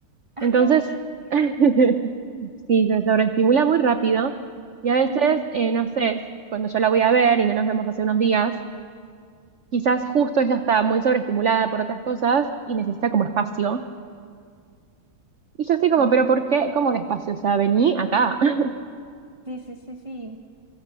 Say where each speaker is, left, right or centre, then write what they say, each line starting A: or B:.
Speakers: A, on the right; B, on the right.
A: <laughs>
B: Entonces, <laughs> sí, se sobreestimula muy rápido. Y a veces,
A: Ujú.
B: eh, no sé, cuando yo la voy a ver y no nos vemos hace unos días, quizás justo ella está muy sobreestimulada por otras cosas y necesita como espacio. Y yo estoy como,
A: Ok.
B: pero ¿por qué? ¿Cómo que espacio? O sea, vení acá. <laughs>
A: Sí, sí, sí, sí.